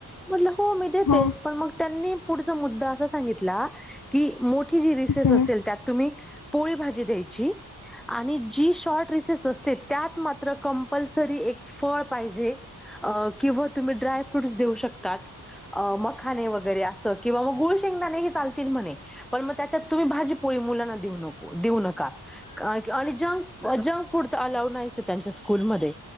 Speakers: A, in the centre; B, on the left (about 55°).
A: म्हटलं हो मी देतेच
B: ह
A: पण मग त्यांनी पुढ मुदा अस सांगित क मोठी जी र
B: ह ह
A: असेल त्यात तुम्ही? पोळी भाजी द्यायची आणि जी शॉर्ट रिसेस असते. त्यात मात्र कंपल्सरी एक फळ पाहिजे. अ किंवा तुम्ही ड्राय फ्रूट्स देऊ शकतात. अ मखाने वगैरे असं किंवा मग गुळ शेंगदाणे हे चालतील म्हणे पण मग त्याच्यात तुम्ही भाजी पोळी मुलांना देऊ नको देऊ नका आणि जंक जंक फूड तर अलाव नाहीच त्यांच्या स्कूलमध्येध्ये